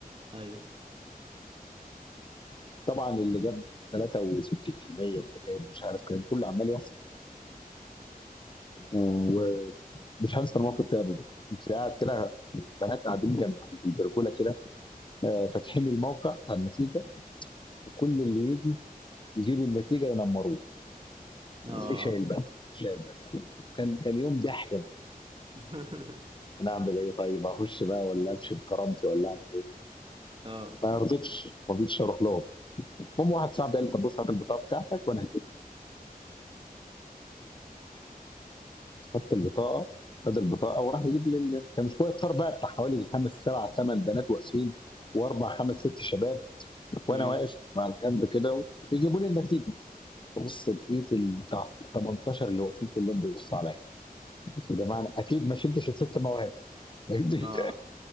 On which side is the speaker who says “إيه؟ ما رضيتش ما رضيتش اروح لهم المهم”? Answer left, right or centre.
Left